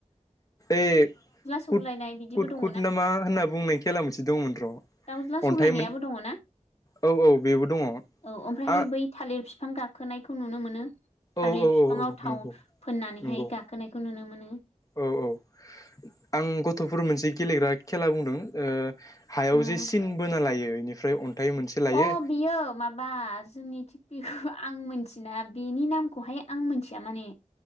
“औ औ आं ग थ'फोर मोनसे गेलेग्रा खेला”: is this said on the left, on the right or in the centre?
Left